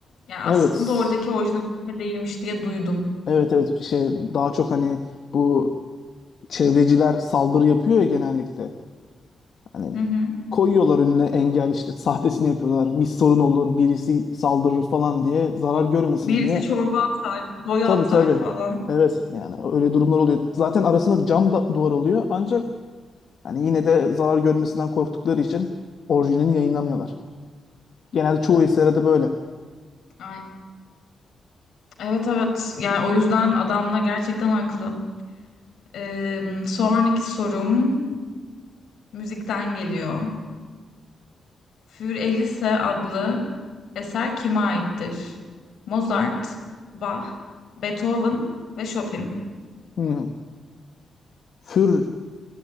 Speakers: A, on the left (about 75°); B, on the left (about 55°).
A: Yani aslında
B: Evet.
A: oradaki orijinal değilmiş diye duydum.
B: Evet evet şey daha çok hani bu çevreciler saldırı yapıyor ya genellikle. Hani
A: Hı hı.
B: koyuyorlar önüne engel işte sahtesini yapıyorlar. Bir sorun olur, birisi saldırır falan diye zarar görmesin
A: Birisi
B: diye.
A: çorba atar, boya
B: Tabii
A: atar
B: tabii.
A: falan.
B: Evet yani öyle durumlar oluyor. Zaten arasında cam da duvar oluyor ancak yani yine de zarar görmesinden korktukları için orijinalini yayınlamıyorlar. Genelde çoğu eserde de böyle.
A: Ay, Evet evet yani o yüzden adamla gerçekten haklı. E, sonraki sorum müzikten geliyor. Für Elise adlı eser kime aittir? Mozart, Bach, Beethoven ve Chopin.
B: Hmm. Für'den